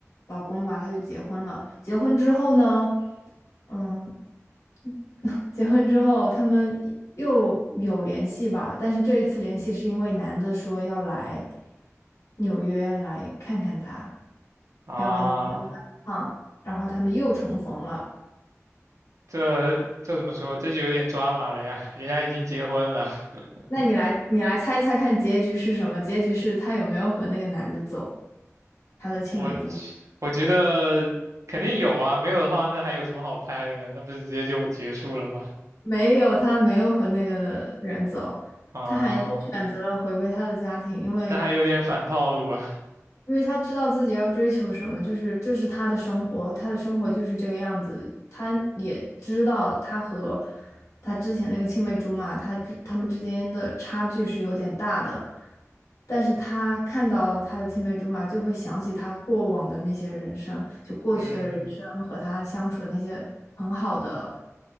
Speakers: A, on the left; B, on the right.
A: 老公吧，她就结婚了。结婚之后呢，嗯，<laughs> 结婚之后他们又有联系吧，但是这一次联系是因为男的说要来纽约来看看她，
B: 啊，
A: 要来纽约玩一趟，然后他们又重逢了。
B: 这这怎么说？这就有点抓马了呀，人家已经结婚了，<laughs>
A: 那你来，你来猜一猜看结局是什么？结局是他有没有和那个男的走，他的青梅竹马？
B: 我去我觉得肯定有啊，没有的话那还有什么好拍的呢？那不是直接就结束了吗？
A: 没有，他没有和那个人走，
B: 啊，
A: 他还是选择了回归他的家庭，因为
B: 那还有点反套路啊，
A: 因为他知道自己要追求什么，就是这是他的生活，他的生活就是这个样子。他也知道他和他之前那个青梅竹马，他之他们之间的差距是有点大的，但是他看到他的青梅竹马，就会想起他过往的那些人生，就过去的人生和他相处的那些很好的
B: 嗯